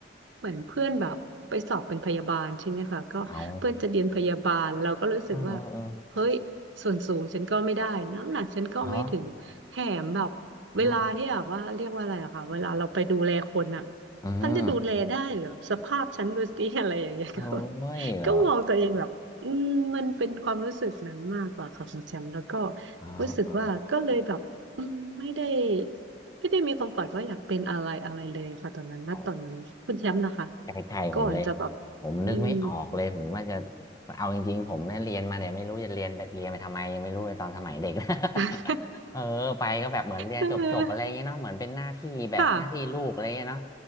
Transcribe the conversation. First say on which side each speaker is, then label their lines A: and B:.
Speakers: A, on the right; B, on the left.
A: เหมือนเพื่อนแบบไปสอบเป็นพยาบาลใช่ไหมคะก็เพื่อนจะเรียนพยาบาลเราก็รู้สึกว่า
B: เอาเออเออเออ
A: เฮ้ยส่วนสูงฉันก็ไม่ได้น้ำหนักฉันก็ไม่ถึงแถมแบบเวลาที่แบบว่าเรียกว่าอะไรอะค่ะเวลาเราไปดูแลคนอะ
B: เหรออ่ะอืม
A: ฉันจะดูแลได้เหรอสภาพฉันดูสิ <laughs> อะไรอย่างเงี้ยก็
B: โอ้ยเหรอ
A: ก็มองตัวเองแบบอืมมันเป็นความรู้สึกนั้นมากกว่าค่ะคุณแชมป์แล้วก็
B: อ๋ออ๋อ
A: รู้สึกว่าก็เลยแบบอืมไม่ได้ ไม่ได้มีความฝันว่าอยากเป็นอะไรอะไรเลยค่ะตอนนั้นณตอนนั้นคุณแชมป์นะคะ
B: อ๋อ ใกล้ๆผมเลย
A: ก่อนจะแบบ
B: ผมนึกไม่ออกเลยผมว่าจะ
A: อืม
B: เอาจริงๆผมเนี่ยเรียนมาเนี่ยไม่รู้จะเรียนเรียนไปทำไมยังไม่รู้เลยตอนสมัยเด็ก <laughs>
A: <laughs>
B: เออไปก็แบบเหมือนเรียนจบๆอะไรอย่างเงี้ยเนาะเหมือนเป็นหน้าที่แบบหน้าที่ลูกอะไรอย่างเงี้ยเนาะ
A: เออค่ะ